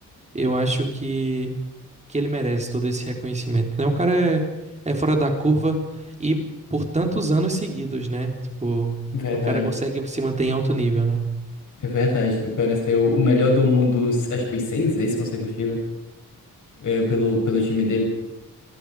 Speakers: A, on the right; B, on the left.
A: eu acho que que ele merece todo esse reconhecimento, né? O cara é, é fora da curva e por tantos anos seguidos, né? Tipo,
B: verdade.
A: o cara consegue se manter em alto nível, né?
B: É verdade. O cara ser o melhor do mundo, acho que foi seis vezes consecutiva, é, pelo, pelo time dele.